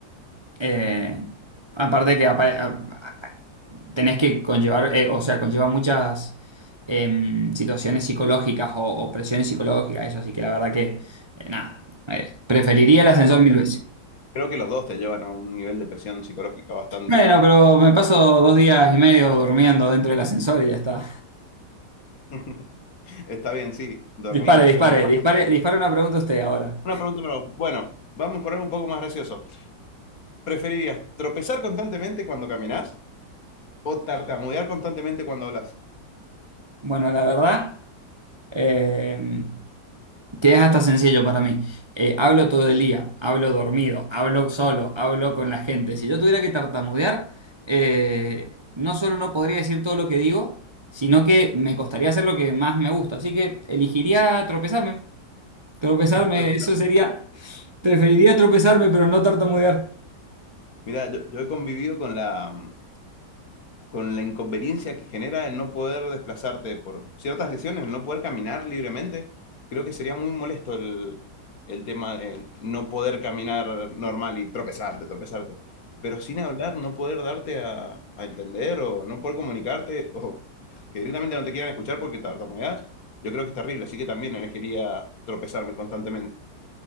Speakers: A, on the right; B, on the left.
A: Eh, aparte que apare- a- a- tenés que conllevar, eh, o sea, conlleva muchas em, situaciones psicológicas o, o presiones psicológicas, eso, así que la verdad que, eh, nada, eh, preferiría el ascensor
B: No,
A: mil
B: pero
A: veces.
B: Creo que los dos te llevan a un nivel de presión psicológica bastante...
A: Bueno, pero me paso dos días y medio durmiendo dentro del ascensor y ya está.
B: <laughs> Está bien, sí, dormir
A: Dispare,
B: es,
A: dispare,
B: es más fácil.
A: dispare, dispare una pregunta usted ahora.
B: Una pregunta para vos. Bueno, vamos por algo un poco más gracioso. ¿Preferirías tropezar constantemente cuando caminás o tartamudear constantemente cuando hablas?
A: Bueno, la verdad, em, Que es hasta sencillo para mí. Eh, hablo todo el día, hablo dormido, hablo solo, hablo con la gente. Si yo tuviera que tartamudear, eh, no solo no podría decir todo lo que digo, sino que me costaría hacer lo que más me gusta. Así que elegiría tropezarme. Tropezarme,
B: <laughs> Tropezar.
A: <laughs> eso sería. Preferiría tropezarme, pero no tartamudear.
B: Mira, yo, yo he convivido con la, mm, con la inconveniencia que genera el no poder desplazarte por ciertas lesiones, el no poder caminar libremente, creo que sería muy molesto el, el tema de no poder caminar normal y tropezarte, tropezarte. Pero sin hablar, no poder darte a, a entender o no poder comunicarte o que directamente no te quieran escuchar porque tartamudeas, yo creo que es terrible. Así que también elegiría tropezarme constantemente.